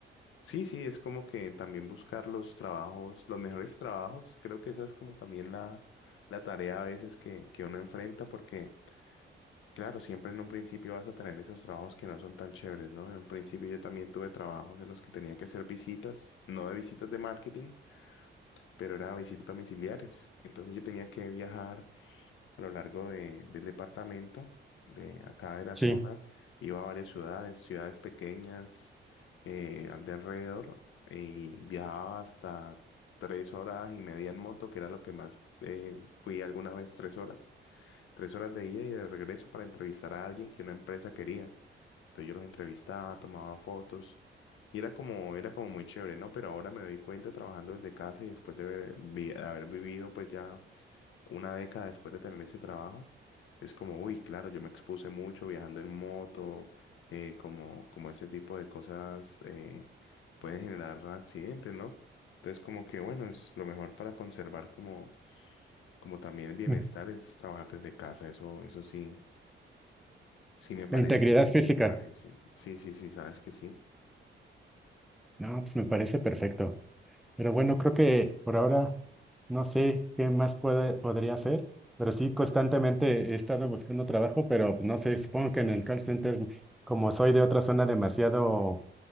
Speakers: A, on the left; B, in the centre.
A: sí, sí, es como que también buscar los trabajos, los mejores trabajos. Creo que esa es como también la, la tarea a veces que, que uno enfrenta porque, claro, siempre en un principio vas a tener esos trabajos que no son tan chéveres, ¿no? En un principio yo también tuve trabajos en los que tenía que hacer visitas, no de visitas de marketing pero era visitas domiciliarias. Entonces yo tenía que viajar a lo largo de- del departamento, de acá de la
B: sí.
A: zona, iba a varias ciudades, ciudades pequeñas, eh, al de alrededor, y viajaba hasta tres horas y media en moto, que era lo que más eh, fui alguna vez, tres horas. Tres horas de ida y de regreso para entrevistar a alguien que una empresa quería. Entonces yo los entrevistaba, tomaba fotos y era como, era como muy chévere, ¿no? Pero ahora me doy cuenta trabajando desde casa y después de haber, vi- haber vivido pues ya una década después de tener ese trabajo, es como, uy, claro, yo me expuse mucho viajando en moto, eh, como, como ese tipo de cosas eh, pueden generar accidentes, ¿no? Entonces como que bueno, es lo mejor para conservar como, como también el bienestar
B: Mm.
A: es trabajar desde casa, eso, eso sí, sí me parece,
B: La integridad física.
A: me parece. Sí, sí, sí, sabes que sí.
B: No, pues me parece perfecto. Pero bueno, creo que por ahora No sé qué más puede, podría hacer, pero sí, constantemente he estado buscando trabajo, pero no sé, supongo que en el call center, como soy de otra zona demasiado,